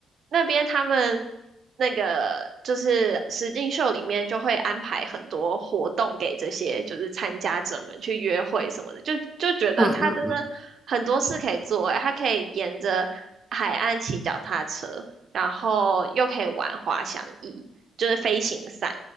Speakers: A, on the right; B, in the centre.
A: 那边他们那个就是实境秀里面就会安排很多活动给这些就是参加者们去约会什么的，就就觉得它真的很多事可以做，
B: 嗯嗯嗯，
A: 欸，它可以沿着海岸骑脚踏车。然后又可以玩滑翔翼，就是飞行伞。